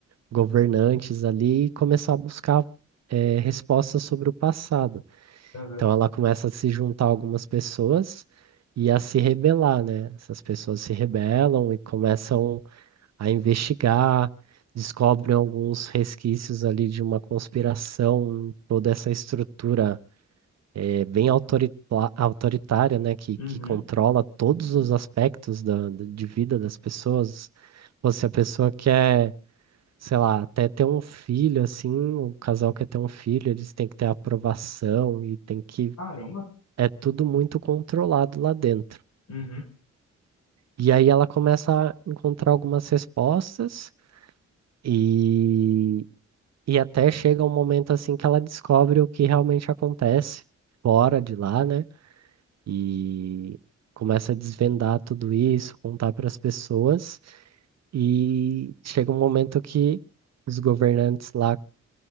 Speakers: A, on the right; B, on the left.
A: governantes ali e começar a buscar eh, respostas sobre o passado.
B: Aham.
A: Então ela começa a se juntar a algumas pessoas e a se rebelar, né? Essas pessoas se rebelam e começam a investigar, descobrem alguns resquícios ali de uma conspiração, em toda essa estrutura é, bem autorita- autoritária, né, que,
B: Uhum.
A: que controla todos os aspectos da, da- de vida das pessoas. Pô, se a pessoa quer, sei lá, até ter um filho, assim, o casal quer ter um filho, eles têm que ter aprovação e tem que.
B: Caramba.
A: É tudo muito controlado lá dentro.
B: Uhum.
A: E aí ela começa a encontrar algumas respostas. E E até chega um momento assim que ela descobre o que realmente acontece fora de lá, né? E começa a desvendar tudo isso, contar para as pessoas. E chega um momento que os governantes lá